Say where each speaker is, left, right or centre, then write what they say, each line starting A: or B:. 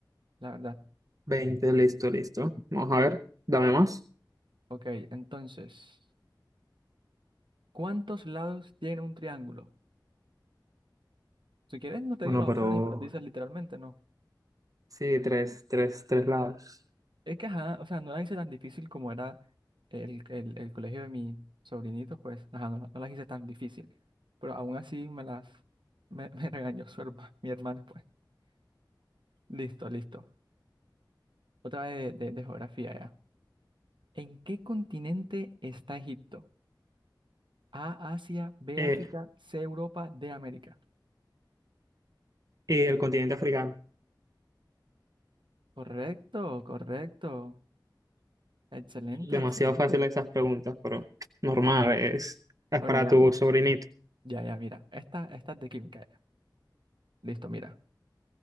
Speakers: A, on the right; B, on the right.
A: la verdad.
B: veinte listo, listo. Vamos a ver, dame más.
A: Ok, entonces, ¿cuántos lados tiene un triángulo? Si quieres, no te
B: Bueno,
A: digo las
B: pero
A: opciones y me las dices literalmente, no.
B: sí, tres, tres, tres lados.
A: Es que, ajá, o sea, no la hice tan difícil como era el, el- el colegio de mi sobrinito, pues, ajá, no, la- no las hice tan difícil. Pero aún así me las, me, <laughs> me regañó su herma- mi hermano, pues. Listo, listo. Otra de, de de geografía, ya. ¿En qué continente está Egipto? A, Asia, B,
B: Eh,
A: África, C, Europa, D, América.
B: y el continente africano.
A: Correcto, correcto. Excelente,
B: Demasiado
A: excelente.
B: fácil esas preguntas, pero normal, es, es
A: Bueno,
B: para
A: ya,
B: tu
A: mira,
B: sobrinito,
A: ya, ya, mira. Esta, esta es de química. ya. Listo, mira.